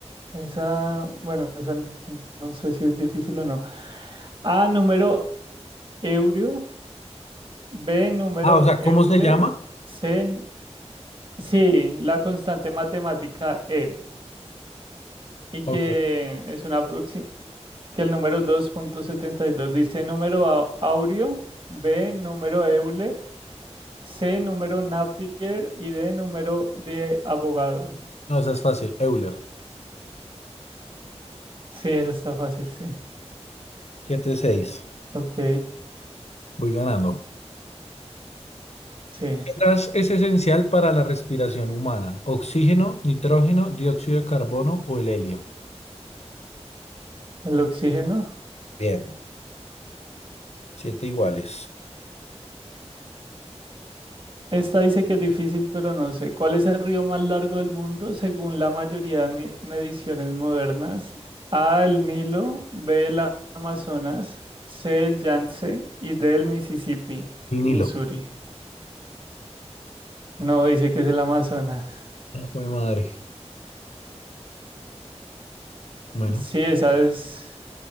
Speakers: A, on the right (about 45°); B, on the left (about 70°).
A: Esa, bueno, esa n- no sé si es difícil o no. A, número Eurio. B, número
B: Ah, o sea,
A: Euler.
B: ¿cómo se llama?
A: C, sí, la constante matemática E. Y que
B: Ok.
A: es una aproxi- que el número dos punto setenta y dos dice número au- Aurio, B, número Euler. C, número Napier y D, número de abogado.
B: No, esa es fácil. Euler.
A: Sí, eso está fácil, sí.
B: Siete seis.
A: Ok,
B: Voy ganando.
A: sí.
B: ¿Qué gas es esencial para la respiración humana? Oxígeno, nitrógeno, dióxido de carbono o el helio.
A: El oxígeno.
B: Bien. Siete iguales.
A: Esta dice que es difícil, pero no sé. ¿Cuál es el río más largo del mundo según la mayoría de mi- mediciones modernas? A, el Nilo, B, el Amazonas, C, el Yangtze y D, el Mississippi,
B: El
A: Missouri.
B: Nilo.
A: No, dice que es el Amazonas.
B: Ah, jue madre. Bueno,
A: Sí, esa es...